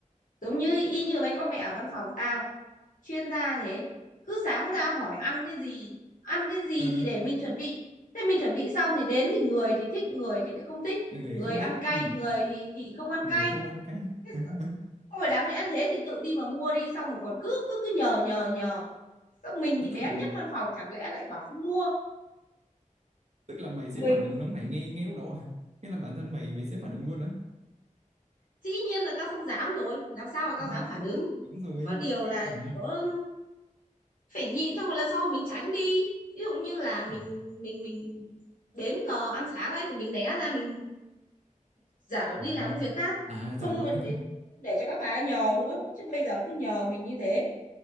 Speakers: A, on the left (about 80°); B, on the right (about 55°).
A: giống như y như mấy con mẹ ở văn phòng tao chuyên gia thế cứ sáng ra hỏi ăn cái gì ăn cái gì
B: Ờ
A: thì để mình chuẩn bị thế mình chuẩn bị xong thì đến thì người thì thích người thì lại không thích
B: người
A: người
B: không
A: ăn
B: thích
A: cay
B: ừ.
A: người thì thì không ăn
B: người
A: cay
B: không ăn cay
A: thế
B: <laughs>
A: sao- không phải đáng lẽ thế thì tự đi mà mua đi xong mà còn cứ cứ cứ nhờ nhờ nhờ xong mình thì bé
B: tức là
A: nhất văn phòng chẳng lẽ lại bảo không mua
B: tức là mày sẽ
A: mình
B: phản ứng nóng nảy ngay ngay lúc đó à nghĩa là bản thân mày mày sẽ phản ứng luôn á
A: dĩ nhiên là tao không dám rồi làm sao mà tao
B: à
A: dám phản
B: ừ
A: ứng
B: đúng rồi
A: có điều là
B: à,
A: chỉ có phải nhịn xong rồi lần sau mình tránh đi ví dụ như là mình
B: ừ.
A: mình mình đến giờ ăn sáng ấy thì mình né ra mình giả
B: ờ.
A: đi làm cái việc khác
B: à giả
A: không
B: vờ
A: mình
B: đi
A: để không để cho các bà ấy nhờ nữa chứ bây giờ cứ nhờ mình như thế